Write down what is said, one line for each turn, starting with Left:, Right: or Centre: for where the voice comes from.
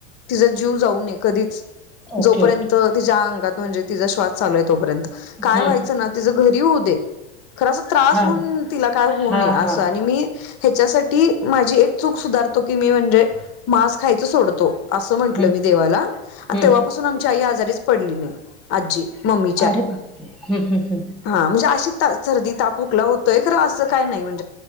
Left: तिचा जीव जाऊ नये कधीच.
Centre: ओके
Left: जोपर्यंत
Centre: ओके
Left: तिच्या अंगात म्हणजे तिचा श्वास चालू आहे तोपर्यंत काय
Centre: हं
Left: व्हायचं ना तिचं घरी होऊ दे खरं त्रास
Centre: हां
Left: होऊन तिला काय होऊ
Centre: हां
Left: नये
Centre: हां
Left: असं आणि मी ह्याच्यासाठी माझी एक चूक सुधारतो की मी म्हणजे मांस खायच सोडतो असं म्हंटलं
Centre: हं
Left: मी देवाला आणि
Centre: हं
Left: तेव्हापासून आमची आई आजारीच पडली नाही आजी मम्मी
Centre: अरे बारे ह ह् ह्
Left: हा म्हणजे अशी ता सर्दी ताक खोकला होतय खरं असं का म्हण